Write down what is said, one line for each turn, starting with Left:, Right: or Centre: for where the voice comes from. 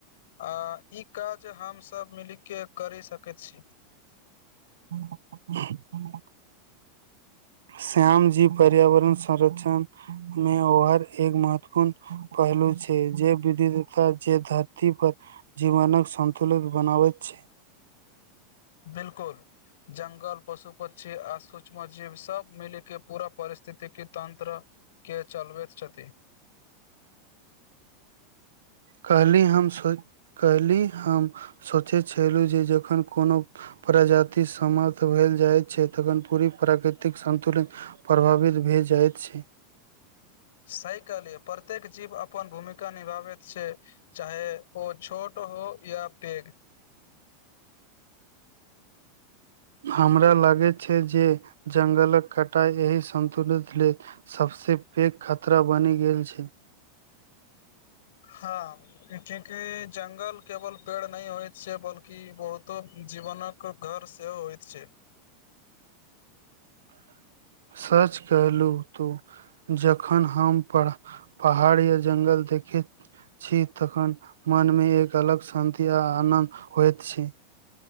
Left: आ ई काज हमसभ मिलिके करि सकैत छी
Right: हूँ श्याम जी पर्यावरण संरक्षण मे ओहार एक महत्वपूर्ण पहलू छै जे विधिता जे धरती पर जीवनक संन्तुलित बनाबैत छै
Left: बिल्कुल जंगल पशु पक्षी आ सूक्ष्म जीव सब मिलीके पूरा परिस्थिति तंत्र के चलबैत छथि
Right: कहली हम सोच कहली हम सोचै छेलू जे जखन कोनो प्रजाति समाप्त भेल जाइ छै तखन पूरी प्राकृतिक सन्तुलन प्रभावित भेए जाइत छै
Left: सही कहलियै प्रत्येक जीव अपन भूमिका निभाबैत छै चाहे ओ छोट हो या पैघ
Right: हमरा लागैत छै जे जंगलक कटाइ एहि सन्तुलित लेल सबसे पैघ खतरा बनि गेल छै
Left: हाँ क्यूंकि जंगल केवल पेड़ नहि होइत छै बल्कि बहुतो जीवनक -क घर सेहो होइत छै
Right: <inaudible> सच कहलू तू जखन हम पहाड़ या जंगल देखैत छी तखन मनमे एक अलग शान्ति आ आनन्द होइत छी